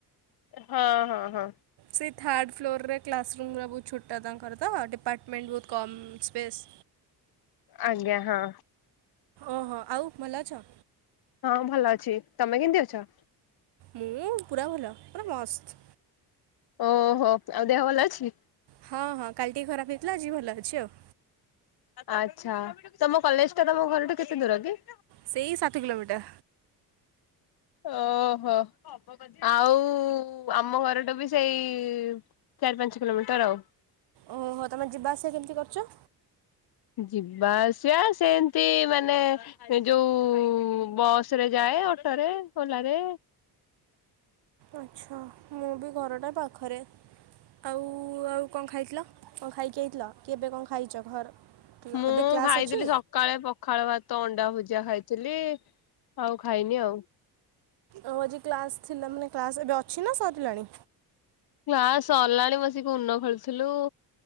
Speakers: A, on the left; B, on the right.
A: ହଁ- ହଁ- ହଁ।
B: ସେଇ ଥାର୍ଡ଼ ଫ୍ଲୋର୍ ରେ କ୍ଲାସ୍ ରୁମ୍ ରା ବହୁତ୍ ଛୋଟ ତାଙ୍କର ତ ଡିପାର୍ଟମେଣ୍ଟ୍ ବହୁତ କମ୍ ସ୍ପେସ୍
A: ଆଜ୍ଞା ହଁ।
B: ଓହୋ ଆଉ ଭଲ ଅଛ?
A: ହଁ ଭଲ ଅଛି। ତମେ କେମିତି ଅଛ?
B: ମୁଁ ପୁରା ଭଲ ପୁରା ମସ୍ତ୍।
A: ଓହୋ ଆଉ ଦେହ ଭଲ ଅଛି?
B: ହଁ ହଁ କାଲି ଟିକେ ଖରାପ ହେଇଥିଲା ଆଜି ଭଲ ଅଛି ଆଉ।
A: ଆଚ୍ଛା ତମ କଲେଜ ଟା ତମ ଘରଠୁ କେତେ ଦୂର କି?
B: ସେଇ ସାତ କିଲୋମିଟର।
A: ଓହୋ। ଆଉ ଆମ ଘରଟା ବି ସେଇ ଚାରି ପାଞ୍ଚ କିଲୋମିଟର ଆଉ।
B: ଓହୋ ତମେ ଯିବା ଆସିବା କେମିତି କରୁଛ?
A: ଯିବା ଆସିବା ସେମତି ମାନେ ସେ ଯୋଉ ବସ ରେ ଯାଏ ଅଟୋରେ ଓଲା ରେ
B: ଆଚ୍ଛା ମୁଁ ବି ଘରଟା ପାଖରେ ଆଉ ଆଉ କଣ ଖାଇଥିଲ କଣ ଖାଇକି ଆଇଥିଲ କି ଏବେ କଣ ଖାଇଛ ଘର କିଲ
A: ମୁଁ
B: ଏବେ କ୍ଲାସ
A: ଖାଇଥିଲି
B: ଅଛି?
A: ସକାଳେ ପଖାଳ ଭାତ ଅଣ୍ଡା ଭୁଜିଆ ଖାଇଥିଲି ଆଉ ଖାଇନି ଆଉ।
B: ଆଉ ଆଜି କ୍ଲାସ ଥିଲା ମାନେ କ୍ଲାସ ଏବେ ଅଛି ନା ସରିଲାଣି?
A: ନା ସରିଲାଣି ବସିକି ଉନ ଖେଳୁଥିଲୁ